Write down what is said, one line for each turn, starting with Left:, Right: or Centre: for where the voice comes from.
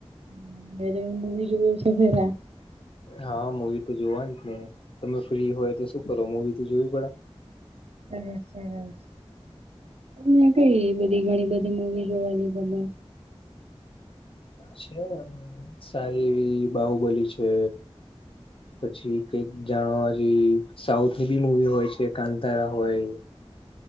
Right: <unintelligible> મુદી જો છો પેલા
Left: હા મવી તો જોવાની ને તમે ફ્રી હોય તો શું કરો? મૂવી તો જોવી પડ.
Right: સરસ સરસ અ <unintelligible> કઈ બધી ઘણી બધી મુવી જોવાની ગમે
Left: છે. સારી એવી બાહુબલી છે. પછી કઈક જાણવા સાઉથ ની બી મુવી હોય છે. કાંતારા હોય,